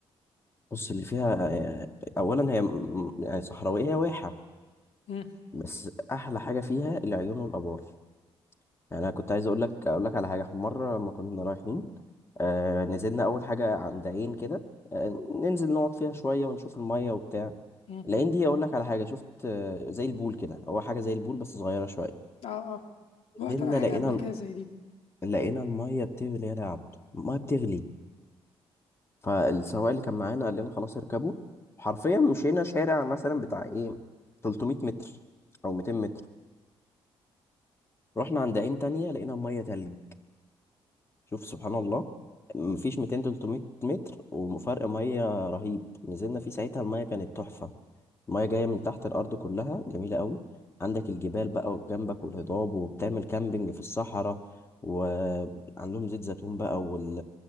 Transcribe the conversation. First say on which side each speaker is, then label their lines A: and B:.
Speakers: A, on the left; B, on the left.
A: بص اللي فيها آه، اولا هي م- يعني صحراويه هي واحه
B: مم.
A: بس احلى حاجه فيها العيون والابار يعني انا كنت عايز اقول لك اقول لك على حاجه مره لما كنا رايحين آه نزلنا اول حاجه عند عين كده آه ننزل نقعد فيها شويه ونشوف الميه وبتاع
B: مم.
A: العين دي اقول لك على حاجه شفت آه زي البول كده هو حاجه زي البول بس صغيره شويه
B: آه آه رحت
A: نزلنا
B: أنا حاجة
A: لقينا
B: قبل كده زي دي
A: لقينا الميه بتغلي يا عبد الميه بتغلي فالسواق اللي كان معانا قال لنا خلاص اركبوا حرفيا مشينا شارع مثلا بتاع ايه 300 متر او 200 متر رحنا عند عين تانية لقينا مية تلج شوف سبحان الله مفيش 200 300 متر وفرق مية رهيب نزلنا فيه ساعتها المية كانت تحفة المية جاية من تحت الأرض كلها جميلة قوي عندك الجبال بقى جنبك والهضاب وبتعمل
B: مم.
A: كامبينج في الصحراء وعندهم زيت زيتون بقى وال...